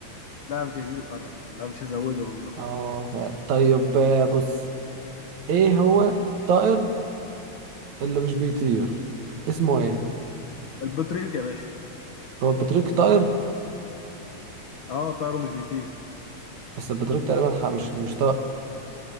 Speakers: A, on the left; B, on the right.
A: لا مش هيزيدوا قارة يا عم لا مش هزودهم المرة
B: اه
A: دي
B: ف- طيب آه، بص ايه هو الطائر اللي مش بيطير اسمه ايه
A: البطريق يا باشا
B: هو البطريق طائر
A: اه طاره مش بيطير
B: بس البطريق تقريبا ح- مش مش طائر